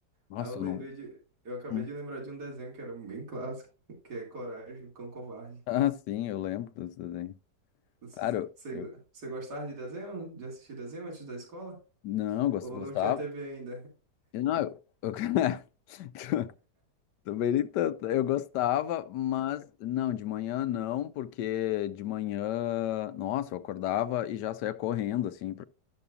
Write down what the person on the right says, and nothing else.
Aí eu lembrei
de. Eu acabei
de lembrar
de um desenho que era bem clássico, que é Coragem, o Cão Covarde.
Você,
go- você gostava de desenho? De assistir desenho antes da escola?
Ou
não tinha TV ainda?